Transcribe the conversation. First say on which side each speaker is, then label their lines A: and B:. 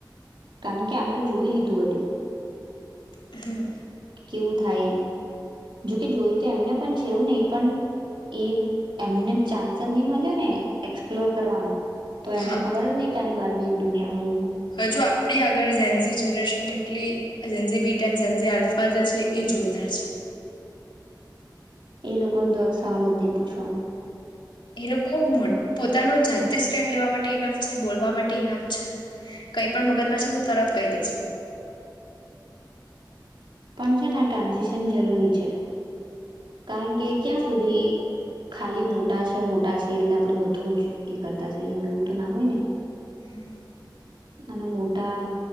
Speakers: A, on the right; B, on the left.
A: કારણ કે આપરે જોઈ લીધું બધું.
B: હમ્મ.
A: કેવું થાય એમ. જોકે જોયું તો એમને પણ છેવું નય પણ એ એમને ચાન્સજ ની મલેને. એક્સપ્લોર કરવાનું તો એમને
B: હા
A: ખબર જ નય કે આની બા એક દુનિયા હોય એવું.
B: હજુ આપડી આગળ ઝેનઝી જનરેશન કેટલી ઝેનઝી બીટેન, ઝેનઝી આલ્ફા જે છે એ જોરદાર છે.
A: એ લોકોને તો સવાલજ ની પૂછવાનું.
B: એ લોકો પોતાનું જા સ્ટેન્ડ લેવા માટે ઈનફ છે, બોલવા માટે ઈનફ છે. કઈ પણ મગજમાં છેને તરત કય દે છે.
A: પણ છેને આ ટ્રાન્ઝેક્શન જરૂરી છે. કારણ કે ક્યાં સુધી ખાલી મોટા છે મોટા છે એટલે આપણેે બધું જ એ કરતા થઈએ એમ એવું તો ના હોય ને.
B: હમ્મ.
A: અને મોટા